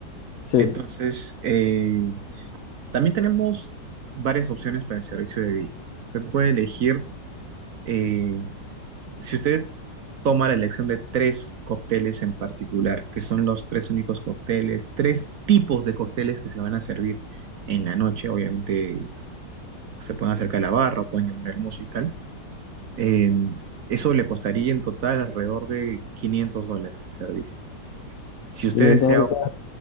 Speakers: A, on the left; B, on the right.
A: Sí,
B: Entonces, eh, también tenemos varias opciones para el servicio de bebidas. Usted puede elegir eh, Si usted toma la elección de tres cócteles en particular, que son los tres únicos cócteles, tres tipos de cócteles que se van a servir en la noche, obviamente se pueden acercar a la barra, pueden llamar al músico y tal, eh, eso le costaría en total alrededor de 500 dólares el servicio. Si usted
A: quinientos
B: desea,
A: dólares,